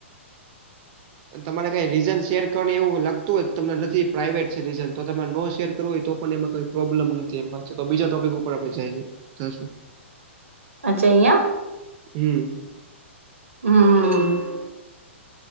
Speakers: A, on the right; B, on the right.
A: અને તમારે કંઈ રીઝન શેર કરવાનું એવું લાગતું હોય તો તમને નથી પ્રાઇવેટ છે રીઝન તો તમારે નો શેર કરવું હોય તો પણ એમાં કંઈ પ્રોબ્લમ નથી એમ પાછા તો બીજા ટોપિક ઉપર આપણે જાઇએ જાશું.
B: અચ્છા યા?
A: હમ
B: હમ